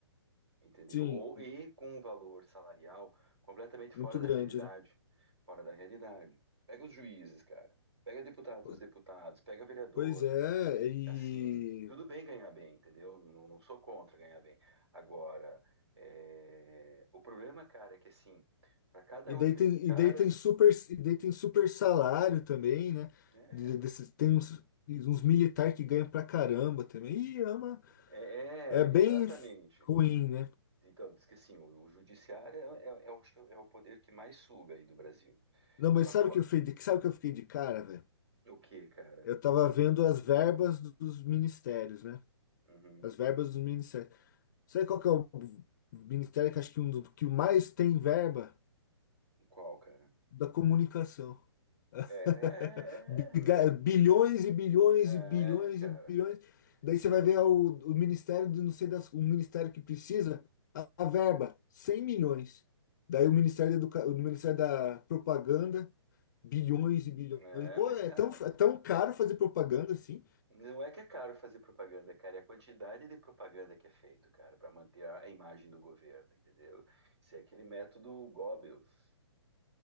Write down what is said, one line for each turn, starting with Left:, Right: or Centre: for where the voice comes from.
Right: entendeu?
Left: Sim,
Right: Ou e com um valor salarial completamente fora
Left: muito
Right: da
Left: grande,
Right: realidade,
Left: né?
Right: fora da realidade. Pega os juízes, cara. Pega deputados,
Left: Pô,
Right: os deputados, pega vereadores.
Left: Pois é, e,
Right: Assim, tudo bem ganhar bem, entendeu? Não, não sou contra ganhar bem. Agora, é, o problema, cara, é que assim, para cada
Left: e
Right: um
Left: daí
Right: desses
Left: tem,
Right: caras,
Left: e daí tem super, e daí tem super salário também, né?
Right: é,
Left: De- desses- tem uns, uns militares que ganham pra caramba também. Ih, é uma-
Right: é,
Left: é bem
Right: é, exatamente.
Left: f- ruim, né?
Right: Então, diz que assim, o, o judiciário é, é, é o, é o poder que mais suga aí do Brasil.
Left: Não,
Right: Só
Left: mas sabe
Right: que eu,
Left: o que eu fiquei de, sabe o que eu fiquei de cara, velho?
Right: o que, cara?
Left: Eu tava vendo as verbas dos ministérios, né?
Right: Uhum.
Left: As verbas dos ministérios. Sabe qual que é o ministério que acho que, um do, que o mais tem verba?
Right: Qual, cara?
Left: Da comunicação.
Right: É,
Left: <laughs> Biga-
Right: meu.
Left: Bilhões e bilhões
Right: É,
Left: e bilhões
Right: cara.
Left: e bilhões. Daí você
Right: Pro-
Left: vai ver o, o ministério de não sei das, o ministério que precisa, a, a verba, 100 milhões. Daí
Right: É,
Left: o Ministério da, Educa... o Ministério da Propaganda, bilhões e bilhões.
Right: é,
Left: Pô,
Right: mas,
Left: é
Right: cara,
Left: tão, é tão caro fazer propaganda assim?
Right: não é que é caro fazer propaganda, cara. É a quantidade de propaganda que é feito, cara, para manter a, a imagem do governo, entendeu? Isso é aquele método Goebbels,